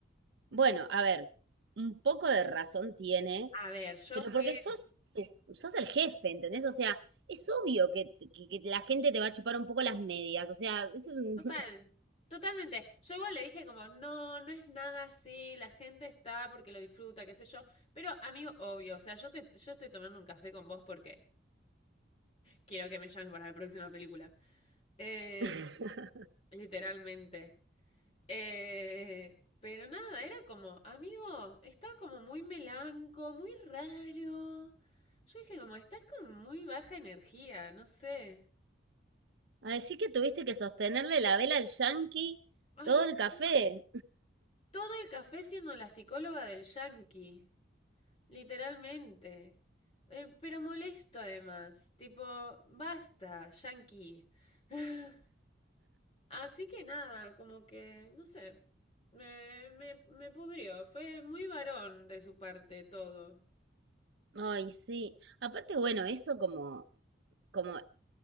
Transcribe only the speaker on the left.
A ver, yo
fui
total, totalmente. Yo igual le dije como, no, no es nada así, la gente está porque lo disfruta, qué sé yo. Pero amigo, obvio, o sea, yo te, yo estoy tomando un café con vos porque quiero que me llames para la próxima película. Eh,
literalmente. Eh, pero nada, era como, amigo, está como muy melanco, muy raro. Yo dije como, estás con muy baja energía, no sé.
Ay,
sí.
Todo el café siendo la psicóloga del yankee, literalmente. Eh, pero molesto además, tipo, basta, yankee. <laughs> Así que nada, como que, no sé, me, me, me pudrió, fue muy varón de su parte todo.